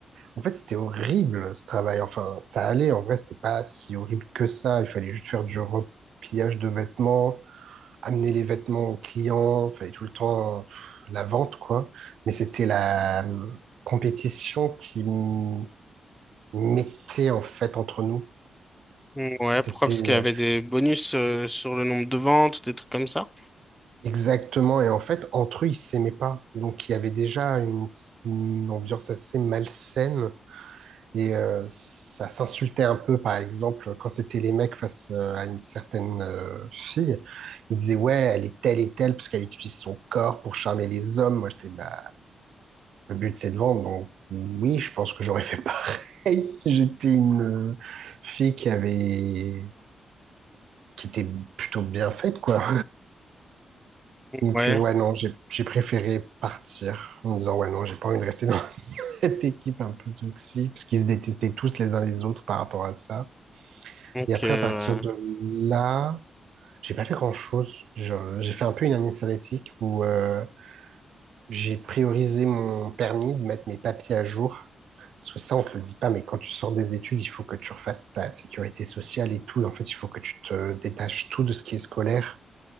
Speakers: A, on the right; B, in the centre.
A: en fait, c'était horrible ce travail. Enfin, ça allait. En vrai, c'était pas si horrible que ça. Il fallait juste faire du repliage de vêtements amener les vêtements aux clients, fallait tout le temps pff, la vente, quoi. Mais c'était la euh, compétition qui m- mettait en fait entre nous.
B: Mm, Ouais,
A: C'était
B: pourquoi? Parce
A: euh,
B: qu'il y avait des bonus euh, sur le nombre de ventes, des trucs comme ça.
A: exactement, et en fait, entre eux, ils s'aimaient pas. Donc, il y avait déjà une, s- une ambiance assez malsaine. Et euh, ça s'insultait un peu, par exemple, quand c'était les mecs face euh, à une certaine euh, fille. Ils disaient, ouais, elle est telle et telle parce qu'elle utilise son corps pour charmer les hommes. Moi, j'étais, bah, Le but, c'est de vendre. Donc, oui, je pense que j'aurais fait pareil <laughs> si j'étais une euh, fille qui avait, qui était plutôt bien faite, quoi. Donc,
B: Ouais,
A: euh, ouais, non, j'ai, j'ai préféré partir en me disant, ouais, non, j'ai pas envie de rester dans <laughs> cette équipe un peu toxique, parce qu'ils se détestaient tous les uns les autres par rapport à ça.
B: ok,
A: Et après,
B: ouais.
A: à partir de là, j'ai pas fait grand-chose. Je- J'ai fait un peu une année sabbatique où euh, j'ai priorisé mon permis de mettre mes papiers à jour Parce que ça, on ne te le dit pas, mais quand tu sors des études, il faut que tu refasses ta sécurité sociale et tout. En fait, il faut que tu te détaches tout de ce qui est scolaire.